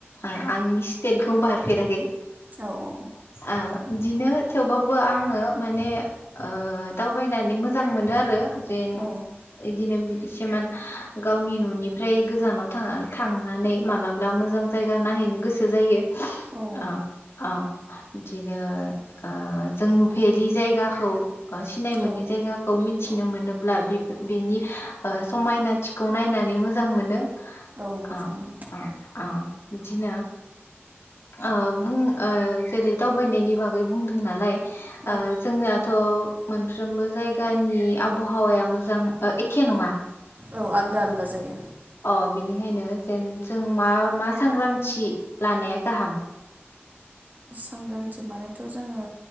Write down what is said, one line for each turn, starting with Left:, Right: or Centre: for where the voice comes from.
Left: आंनि स्टेटखौ बारफेराखै।
Right: औ औ औ।
Left: ओ बिदिनो थेवबाबो आङो माने ओ दावबायनानै मोजां मोनो आरो। जेन
Right: औ
Left: इदिनो एसेमान गावनि न'निफ्राय गोजानाव थाङा थांनानै मालाबा मोजां मोजां जायगा नायहैनो गोसो जायो।
Right: औ।
Left: ओ औ बिदिनो ओ जों नुफेरि जायगाखौ ओ सिनाय मोननि
Right: औ
Left: जायगाखौ मिथिनो
Right: औ
Left: मोनोब्ला बे बेनि ओ समायनाथिखौ नायनानै मोजां मोनो‌
Right: औ मोजां
Left: ओ
Right: मोनो
Left: ओ ओ बिदिनो ओ बुं ओ जेरै दावबायनायनि बागै बुंदों नालाय ओ
Right: औ
Left: जोंनाथ' मोनफ्रोमबो जायगानि आबहावाया मोजां एखे नङा।
Right: औ आलदा आलदा जायो।
Left: अ बिनिखायनो जेन जों मा मा सांग्रांथि लानाया गाहाम?
Right: सांग्रांथि मानेथ' जोङो